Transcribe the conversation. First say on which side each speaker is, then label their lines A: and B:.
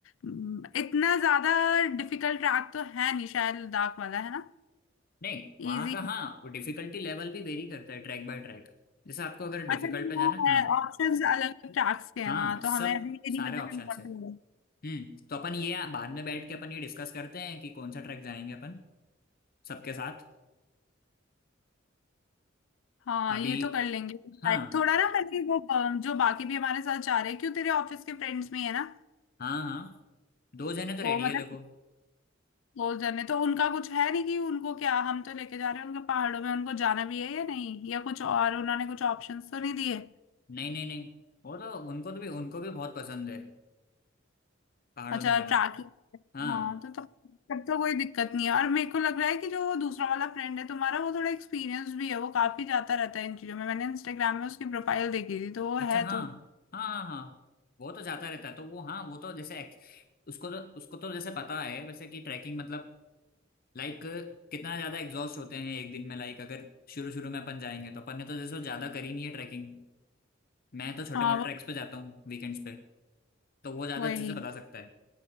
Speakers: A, on the left (about 75°); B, on the left (about 50°).
A: हम्म, इतना ज्यादा डिफिकल्ट ट्रैक तो है नहीं शायद लद्दाख वाला है ना
B: नहीं वहां
A: इजी
B: का हाँ वो डिफिकल्टी लेवल भी वेरी करता है ट्रैक बाय ट्रैक जैसे आपको अगर डिफिकल्ट
A: अच्छा जी,
B: पे जाना
A: हाँ
B: हाँ
A: है ऑप्शंस अलग अलग ट्रैक्स के हैं
B: हाँ
A: वहाँ तो
B: सब
A: हमें अभी ये
B: सारे
A: नहीं पता
B: ऑप्शन
A: कि हम कौन
B: है
A: सा लेंगे।
B: हम्म तो अपन ये बाद में बैठ के अपन ये डिस्कस करते हैं कि कौन सा ट्रैक जाएंगे अपन सबके साथ
A: हाँ
B: अभी
A: ये तो कर लेंगे
B: हाँ
A: थोड़ा ना मैंने वो अ, जो बाकी भी हमारे साथ जा रहे हैं क्यों तेरे ऑफिस के फ्रेंड्स में है ना
B: हाँ हाँ दो जने तो
A: तो
B: रेडी
A: मतलब
B: है देखो
A: क्लोज जन है तो उनका कुछ है नहीं कि उनको क्या हम तो लेके जा रहे हैं उनके पहाड़ों में उनको जाना भी है या नहीं या कुछ और उन्होंने कुछ ऑप्शंस तो नहीं दिए
B: नहीं नहीं नहीं वो तो उनको तो भी उनको भी बहुत पसंद है पहाड़ों
A: अच्छा
B: में जाना
A: ट्रैकिंग
B: हाँ
A: हाँ तो तब तब तो कोई दिक्कत नहीं है और मेरे को लग रहा है कि जो वो दूसरा वाला फ्रेंड है तुम्हारा वो थोड़ा एक्सपीरियंस भी है वो काफी जाता रहता है इन चीजों में मैंने इंस्टाग्राम में उसकी प्रोफाइल देखी थी तो वो है
B: अच्छा हाँ
A: तो
B: हाँ हाँ हाँ वो तो जाता रहता है तो वो हाँ वो तो जैसे ex- उसको तो उसको तो जैसे पता है वैसे कि ट्रैकिंग मतलब लाइक कितना ज्यादा एग्जॉस्ट होते हैं एक दिन में लाइक अगर शुरू शुरू में अपन जाएंगे तो अपन ने तो जैसे ज्यादा करी नहीं है ट्रैकिंग मैं तो छोटे
A: हाँ
B: मोटे
A: वो
B: ट्रैक्स पे जाता हूँ वीकेंड्स पे तो वो ज्यादा
A: वही
B: अच्छे से बता सकता है